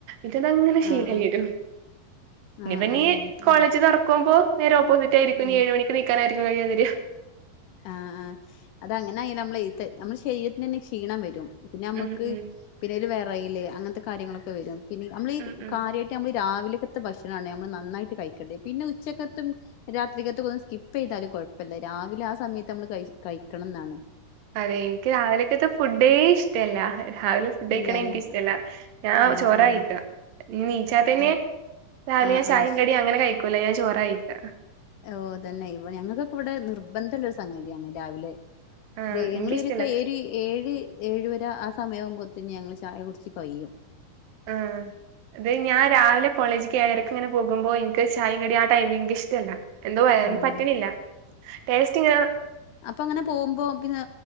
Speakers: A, on the right (about 70°); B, on the left (about 75°).
A: ഇതതങ്ങനെ ശീലായെരും.
B: ആഹ് ആഹ് ആഹ് ആഹ്
A: ഇനിപ്പനീ
B: ആഹ് ആഹ് ആഹ് ആഹ്
A: കോളേജ്
B: അങ്ങനെ
A: തൊർക്കുമ്പോ നേരെ ഓപ്പോസിറ്റായിര്ക്കും
B: ഉം
A: ഇനിഏഴ് മണിക്ക് <unintelligible>
B: ആഹ് ആഹ് അത ങ്ങനായാല്ലമ്മളെ ത് നമ്മുടെ ശെരീരത്തിനെന്നെ ക്ഷീണം വെരും പിന്നെമ്മക്ക്.
A: ഉം ഉം
B: പിന്നൊര് വെറയല് അങ്ങൻത്തെ കാര്യങ്ങളൊക്കെ വെരും പിന്നെ ഞമ്മളീ
A: ഉം ഉം
B: കാര്യായ് നമ്മള് രാവിൽക്കത്തെ ഭക്ഷണാണ് ഞമ്മള് ന്നന്നായിട്ട് കഴിക്കെണ്ടേയ് പിന്നെ ഉച്ചക്കത്തും. രാത്രികത്തക്കൊന്ന് സ്കിപ്പ്യ്താലും കൊഴപ്പല്ല രാവിലെ ആഹ് സമയത്ത് അമ്മള് കഴ് കഴിക്കണംന്നാണ്.
A: അതെ ഇൻക്ക് രാവിലെക്കത്തെ ഫുഡേ ഇഷ്ടല്ല രാവിലെ ഫുഡ്ഴിക്ക്ണേ
B: ഇല്ലല്ലേ
A: ഇൻക്ക് ഇഷ്ടല്ല. ഞാൻ
B: ആഹ്
A: ചോറാ
B: ആഹ്
A: കയിക്ക ഇനി ന്നീച്ചാത്തെയ്ന്
B: ആഹ്
A: രാവിലെ
B: ആഹ്
A: ഞാൻ ചായിം
B: ആഹ്
A: കടിം അങ്ങനെ കഴിക്കൂല, ഞാൻ ചോറാ കഴിക്ക.
B: ഓഹ് തന്നെ ഇവ ഞങ്ങക്കൊക്കെ ഇവടെ നിർബന്ധള്ളൊര് സംഗതിയാണ് രാവിലെ
A: ആഹ്
B: വേ ഞാങ്ങളീരോക്കെ
A: എനിക്കിഷ്ടല്ല
B: ഒരി ഏഴ് ഏഴവര ആഹ് സമയാവുമ്പോത്തിന് ഞങ്ങൾ ചായ കുട്ച്ച് കയ്യും.
A: ആഹ് അത് ഞാൻ രാവിലെ കോളേജ്ക്ക് ഏഴരക്ക് ങ്ങനെ പോകുമ്പോ ഇൻക്ക് ചായിം കടിം ആഹ് ടൈംമില് ഇൻക്ക് ഇഷ്ട്ടെല്ലാ എന്തോ വയറിന്
B: ആഹ്
A: പറ്റ്ണില്ല ടേസ്റ്റ് ഇങ്ങനെ
B: അപ്പൊങ്ങനെ പോവുമ്പോ പിന്നെ